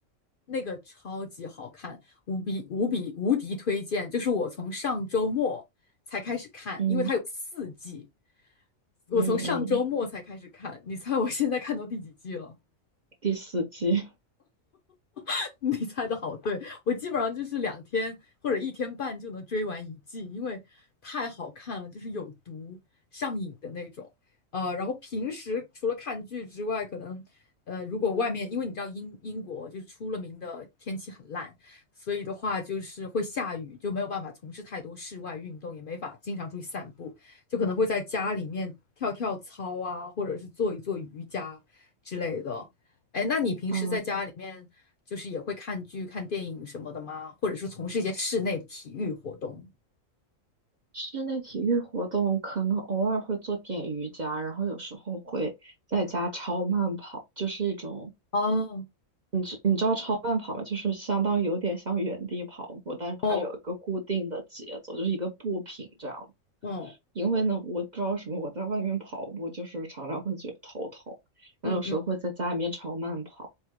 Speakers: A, on the left (about 50°); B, on the right (about 45°).
A: 那个超级好看，无比无比无敌推荐！就是我从上周末才开始看，
B: 嗯
A: 因为它有四季，我从上周末才开始看，
B: 嗯嗯，
A: 你猜我现在看到第几季了？
B: 第四季
A: <laughs> 你猜的好对，我基本上就是两天或者一天半就能追完一季，因为太好看了，就是有毒上瘾的那种。呃，然后平时除了看剧之外，可能呃，如果外面因为你知道英英国就是出了名的天气很烂，所以的话就是会下雨，就没有办法从事太多室外运动，也没法经常出去散步，就可能会在家里面跳跳操啊，或者是做一做瑜伽之类的。哎，那你平时在家里面就是也会看剧、
B: 啊
A: 看电影什么的吗？或者是从事一些室内的体育活动？
B: <laughs>，室内体育活动可能偶尔会做点瑜伽，然后有时候会在家超慢跑，就是一种
A: 哦，
B: 你知你知道超慢跑吗？就是相当于有点像原地跑步，但是它有一个固定的节奏，
A: 哦，
B: 就是一个步频这样。
A: 哦，
B: 因为呢，我不知道为什么我在外面跑步，就是常常会觉得头痛，然后有时候会在家里面超慢跑。
A: 嗯嗯